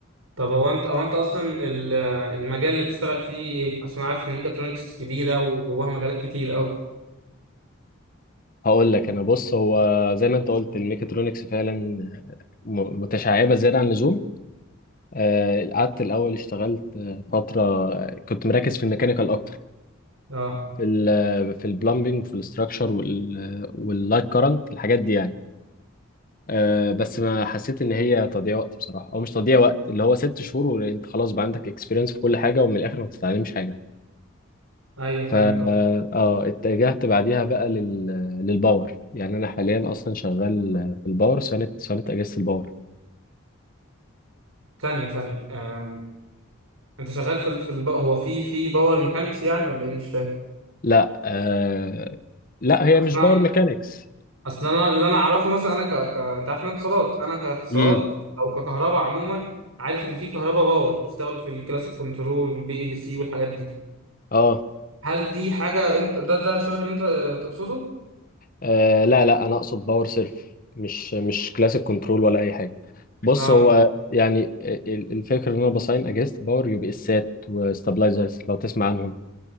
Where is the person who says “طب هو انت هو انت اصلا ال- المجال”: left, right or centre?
Right